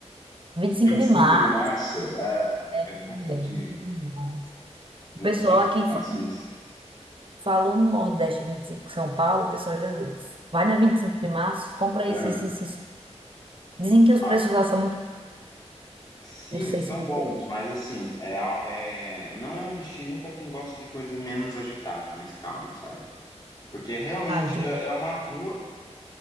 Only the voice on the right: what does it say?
25
de
março,
é,
25
de março. o
pessoal
aqui
fa-
falou no Nordeste 25 de São Paulo, o pessoal já vai na 25 de março, compra
isso, isso, isso. isso. Dizem que os
preços lá são muito.
Não sei
se você.
Ah, entendi.